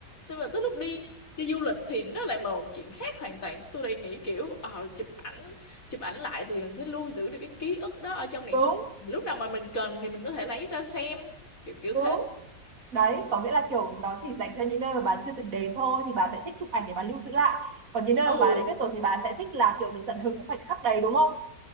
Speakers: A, on the left; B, on the right.
A: Tức là tới lúc đi đi du lịch thì nó lại một chuyện khác hoàn toàn. Tôi lại nghĩ kiểu ờ, chụp ảnh chụp ảnh lại thì mình sẽ lưu giữ được cái ký ức đó ở trong điện
B: Đúng,
A: thoại. Lúc nào mà mình cần thì mình có thể lấy ra xem kiểu kiểu thế.
B: đúng. Đấy, có nghĩa là kiểu nó chỉ dành cho những nơi mà bà chưa từng đến thôi thì bà sẽ thích chụp ảnh để bà lưu giữ lại. Còn những nơi
A: Ừ,
B: mà bà đã biết rồi thì bà sẽ thích là kiểu được tận hưởng cái khoảnh khắc đấy đúng không?